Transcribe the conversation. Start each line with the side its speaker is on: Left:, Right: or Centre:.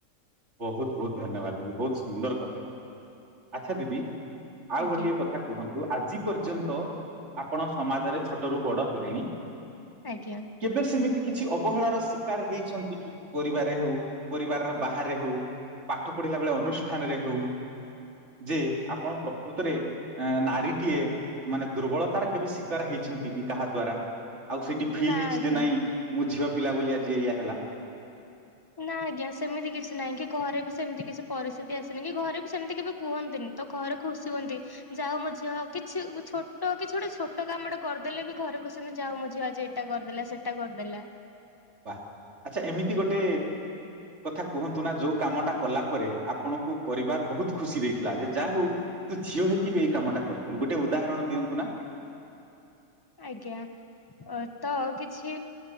Right: ବହୁତ ବହୁତ ଧନ୍ୟବାଦ ଦିଦି ବହୁତ ସୁନ୍ଦର କଥା ଆଚ୍ଛା ଦିଦି ଆଉ
Left: ଆଜ୍ଞା
Right: ଗୋଟେ କଥା କୁହନ୍ତୁ ଆଜି ପର୍ଯ୍ୟନ୍ତ ଆପଣ ସମାଜରେ ଛୋଟରୁ ବଡ଼ ହେଲେଣି
Left: ଆଜ୍ଞା
Right: କେବେ ସେମିତି କିଛି ଅବହେଳାର ଶିକାର ହେଇଛନ୍ତି କି ପରିବାର ହଉ ପରିବାରର ବା ହାରେ ହେଉ ପାଠ ପଢିଲା ବେଳେ ଅନୁଷ୍ଠାନରେ ହେଉ ଯେ ଆପଣ ପ୍ରକୃତରେ ନାରୀଟିଏ ମାନେ ଦୁର୍ବଳତାର କେବେ ଶିକାର ହେଇଛନ୍ତି କି କାହା ଦ୍ଵାରା ଆଉ ସେଇଠି ଫିଲ୍
Left: ନା
Right: ହେଇଛି
Left: ଆଜ୍ଞା
Right: ଯେ ନାଇଁ ମୁଁ ଝିଅ ପିଲା ବୋଲି ଆଜିି ଏଇଆ ହେଲା ।
Left: ନାଁ ଆଜ୍ଞା ସେମିତି କିଛି ନାହିଁ କି ଘରେ ବି ସେମିତି କିଛି ପରିସ୍ଥିତି ଆସିନି କି ଘରେ ବି ସେମିତି କେବେ କୁହନ୍ତିନି ତ ଘରେ ଖୁସି ହୁଅନ୍ତି ଯା ହଉ ମୋ ଝିଅ କିଛି ଛୋଟ କିଛି ଗୋଟେ ଛୋଟ କାମଟେ କରିଦେଲେ ବି ଘରେ ଖୁସି ହୁଅନ୍ତି ଯାହା ହଉ ମୋ ଝିଅ ଆଜି ଏଇଟା କରିଦେଲା ସେଇଟା କରିଦେଲା।
Right: ବା ଆଚ୍ଛା ଏମିତି ଗୋଟେ କଥା କୁହନ୍ତୁ ନା ଯୋଉ କାମଟା କଲା ପରେ ଆପଣଙ୍କୁ ପରିବାର ବହୁତ ଖୁସି ଦେଇଥିଲା ଯେ ଯାହା ହଉ ତୁ ଝିଅ ହେଇକି ବି ଏଇ କାମଟା କରିଦେଲୁ ଗୋଟେ ଉଦାହରଣ ଦିଅନ୍ତୁ ନା ।
Left: ଆଜ୍ଞା ତ ଆଉ କିଛି